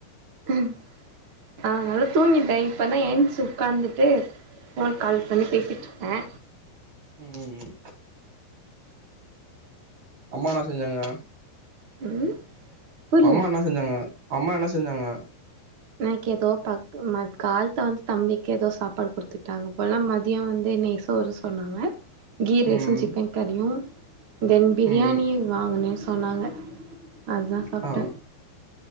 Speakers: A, on the right (about 80°); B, on the right (about 30°).
A: ம் ஆ நல்லா தூங்கிட்டே இப்பதா ஏந்துச்சு உக்காந்துட்டு போன் கால் பண்ணி பேசிட்டு இருக்கே
B: ம் ம் ம் அம்மா என்னா செஞ்சாங்க
A: ம் புரில
B: அம்மா என்ன செஞ்சாங்க அம்மா என்ன செஞ்சாங்க
A: எனக்கு ஏதோ ப ம கால்த்த வந்து தம்பிக்கு ஏதோ சாப்பாடு குடுத்துட்டாங்க போல மதியோ வந்து நெய் சோறு சொன்னாங்க கீ ரைஸு
B: ம்
A: சிக்கன் கறியு தென் பிரியாணியு
B: ம்
A: வாங்கனேன்னு சொன்னாங்க அதா சாப்பிட்டே
B: ஆ